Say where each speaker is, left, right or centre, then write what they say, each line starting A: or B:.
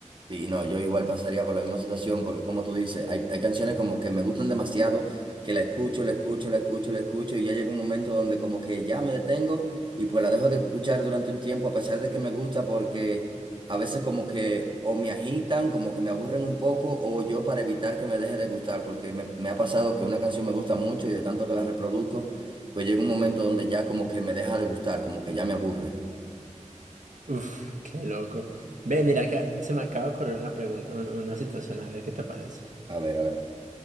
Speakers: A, on the right; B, on the right.
A: Sí, no, yo igual pasaría por la misma situación, porque como tú dices, hay, hay canciones como que me gustan demasiado, que la escucho, la escucho, la escucho, la escucho, y ya llega un momento donde como que ya me detengo y pues la dejo de escuchar durante un tiempo, a pesar de que me gusta, porque a veces como que o me agitan, como que me aburren un poco, o yo para evitar que me deje de gustar, porque me, me ha pasado que una canción me gusta mucho y de tanto que la reproduzco, pues llega un momento donde ya como que me deja de gustar, como que ya me aburre.
B: Uf, qué loco. Ve, mira que se me acaba de ocurrir una pregunta, un- una situación, a ver qué te parece.
A: A ver, a ver.